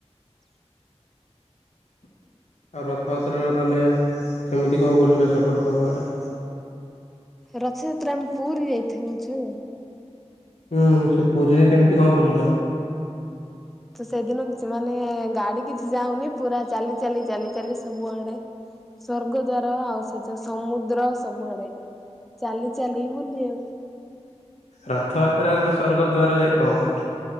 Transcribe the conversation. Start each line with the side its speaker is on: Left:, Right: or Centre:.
Left: ଆଉ ରଥଯାତ୍ରାରେ ତାହେଲେ କେମିତି କଣ ବୁଲିଲ ସେପଟ ତମ ଆଡେ?
Centre: ରଥଯାତ୍ରା ଆମେ ପୁରୀ ଯାଇ ଥାନିଚୁ।
Left: ହୁଁ। ସେ ପୁରୀରେ କେମିତି କଣ ବୁଲିଲ?
Centre: ସେଦିନ କି ସେମାନେ ଗାଡି କିଛି ଯାଉନି, ପୁରା ଚାଲି ଚାଲି ଚାଲି ଚାଲି ସବୁଆଡେ ସ୍ଵର୍ଗ ଦ୍ବାର ଆଉ ସେ ଯୋଉ ସମୁଦ୍ର ସବୁଆଡେ। ଚାଲି ଚାଲି ବୁଲି ଆଉ
Left: ରଥଯାତ୍ରାରେ ତ ସ୍ୱର୍ଗଦ୍ୱାର ଯାଇ କଣ କ